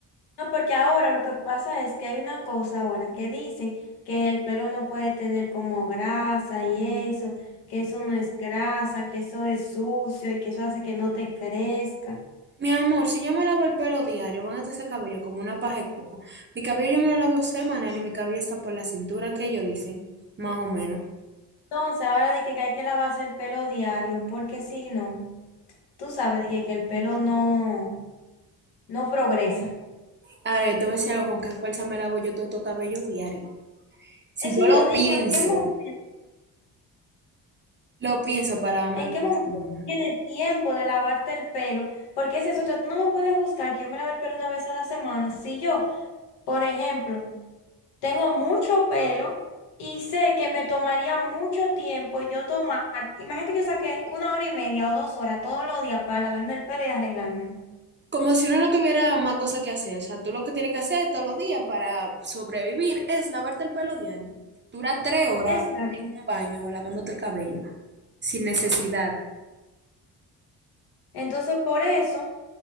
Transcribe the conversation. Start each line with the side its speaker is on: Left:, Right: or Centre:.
Left: No, porque ahora lo que pasa es que hay una cosa ahora que dicen que el pelo no puede tener como grasa y eso, que eso no es grasa, que eso es sucio y que eso hace que no te crezca.
Right: Mi amor, si yo me lavo el pelo diario, van a estar ese cabello como una paja de coco. Mi cabello yo me lo lavo semanal y mi cabello está por la cintura que ellos dicen, más o menos.
Left: Entonces, ahora de que hay que lavarse el pelo diario, porque si no, tú sabes de que, que el pelo no, no progresa.
Right: Ahora, yo te voy a decir algo, ¿con qué fuerza me lavo yo todo tu cabello diario? Si
Left: Eso
Right: yo
Left: yo
Right: lo pienso,
Left: digo, ¿en qué momento,
Right: lo pienso para lavármelo
Left: en qué
Right: en la
Left: momento
Right: semana.
Left: tú tienes tiempo de lavarte el pelo? Porque ese es otro, tú no me puedes buscar que yo me lave el pelo una vez a la semana. Si yo Por ejemplo, tengo mucho pelo y sé que me tomaría mucho tiempo yo tomar. Imagínate que yo saqué una hora y media o dos horas todos los días para lavarme el pelo y arreglármelo.
Right: Como si uno no tuviera más cosa que hacer. O sea, tú lo que tienes que hacer todos los días para sobrevivir es lavarte el pelo diario. Dura tres horas
Left: Exacto.
Right: en un baño lavándote el cabello sin necesidad.
Left: Entonces, por eso,